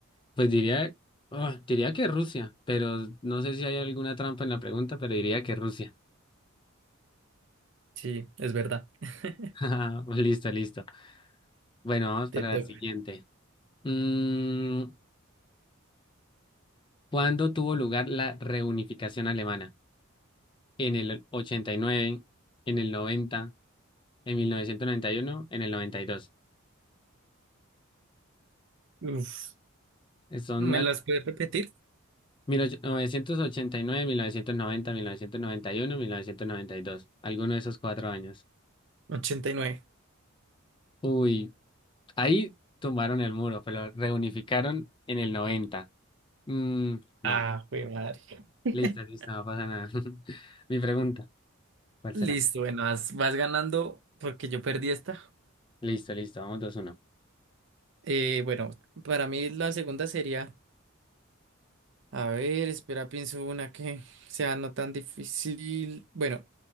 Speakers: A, on the left; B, on the right.
A: pues diría, ah, diría que Rusia, pero no sé si hay alguna trampa en la pregunta, pero diría que Rusia.
B: Sí, es verdad. <laughs>
A: <laughs> Listo, listo. Bueno, vamos
B: Te
A: para
B: toca.
A: la siguiente. Mm, ¿Cuándo tuvo lugar la reunificación alemana? ¿En el 89, en el 90, en 1991, en el noventa y dos.
B: Uf,
A: Son
B: ¿me
A: al-
B: las puedes repetir?
A: 1989, 1990, 1991, 1992. Alguno de esos cuatro años.
B: ochenta y nueve
A: Uy, ahí tumbaron el muro, pero reunificaron en el 90. Mm, no,
B: Ah, güey, madre. <laughs>
A: listo, listo, no pasa nada. <laughs> Mi pregunta, ¿cuál
B: Listo,
A: será?
B: bueno, vas, vas ganando porque yo perdí esta.
A: Listo, listo, vamos dos uno.
B: Eh, bueno, para mí la segunda sería, a ver, espera, pienso una que sea no tan difícil. Bueno,